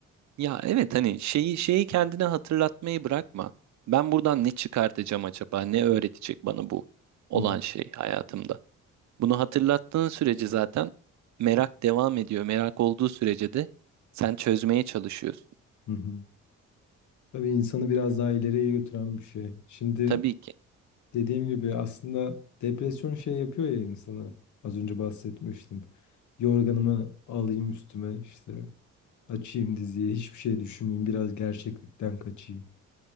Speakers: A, on the right (about 65°); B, on the left (about 75°).
A: Ya evet hani şeyi şeyi kendine hatırlatmayı bırakma. Ben buradan ne çıkartacağım acaba? Ne öğretecek bana bu olan
B: Hı hı,
A: şey hayatımda? Bunu hatırlattığın sürece zaten merak devam ediyor. Merak olduğu sürece de sen çözmeye çalışıyorsun.
B: hı hı. Tabii insanı biraz daha ileriye götüren bir şey. Şimdi
A: Tabii ki.
B: dediğim gibi aslında depresyon şey yapıyor ya insana. Az önce bahsetmiştim. Yorganımı alayım üstüme işte açayım diziyi hiçbir şey düşünmeyeyim biraz gerçeklikten kaçayım.